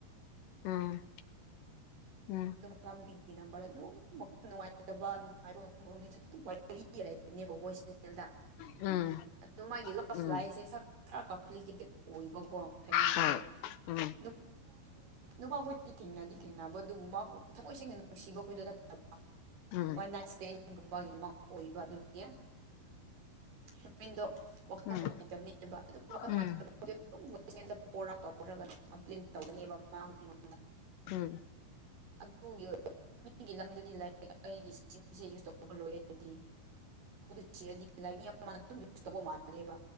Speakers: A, on the left (about 85°); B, on the right (about 55°).
A: ꯎꯝ ꯎꯝ
B: <unintelligible> <unintelligible> ꯃꯅꯥꯎ ꯅꯨꯄꯤꯒꯤ ꯅꯝꯕꯔ ꯑꯗꯨꯝ ꯃꯈꯜ ꯅꯨꯡꯉꯥꯏꯇꯕ ꯅꯨꯡꯉꯥꯏꯕ <unintelligible> ꯑꯗꯨꯝ ꯋꯥꯔꯤ ꯂꯩꯕꯅꯦꯕ <unintelligible> ꯃꯣꯏꯁꯤ <unintelligible>
A: ꯎꯝ
B: ꯑꯗꯨ ꯃꯥꯒꯤ <unintelligible>
A: ꯎꯝ
B: ꯂꯥꯏꯁꯦ ꯈꯔ ꯀꯝꯄꯂꯤꯀꯦꯇꯦꯠ ꯑꯣꯏꯕꯀꯣ ꯐꯦꯕꯤꯟꯒꯤꯗꯣ
A: ꯍꯣꯏ ꯎꯝ
B: ꯗꯨꯞ ꯅꯨꯄꯥꯈꯣꯏꯗꯤ ꯊꯦꯡꯅꯗꯤ ꯊꯦꯡꯅꯕ ꯑꯗꯨꯕꯨ ꯃꯥꯕꯨ ꯊꯃꯣꯏ ꯁꯦꯡꯅ ꯅꯨꯡꯁꯤꯕꯈꯣꯏꯗ ꯅꯠꯇꯕ
A: ꯎꯝ
B: ꯋꯥꯟ ꯅꯥꯏꯠ ꯁ꯭ꯇꯦꯟꯅꯤꯡꯒꯨꯝꯕꯒꯤ ꯃꯥ ꯑꯣꯏꯕ ꯑꯗꯨꯒꯤ ꯍꯦꯔꯣꯏꯟꯗꯣ ꯋꯥꯈꯜ
A: ꯎꯝ
B: ꯅꯨꯡꯉꯥꯏꯇꯕꯅꯦꯕ ꯑꯗꯨꯝ ꯋꯥꯈꯜ ꯅꯨꯡꯉꯥꯏꯇꯕ
A: ꯎꯝ
B: <unintelligible> ꯇꯧꯔꯒ ꯀꯝꯄ꯭ꯂꯦꯟ ꯇꯧꯗꯅꯦꯕ <unintelligible>
A: ꯎꯝ
B: ꯑꯗꯨꯒꯤ ꯑꯣꯏꯕ ꯃꯤꯒꯤ <unintelligible> ꯂꯩ ꯑꯩꯗꯤ ꯆꯤꯡꯁꯦ ꯌꯨꯁ ꯇꯧꯕ ꯂꯣꯏꯔꯗꯤ <unintelligible> ꯁꯤꯔꯗꯤ <unintelligible> ꯌꯨꯁ ꯇꯧꯕ ꯃꯥꯜꯂꯦꯕ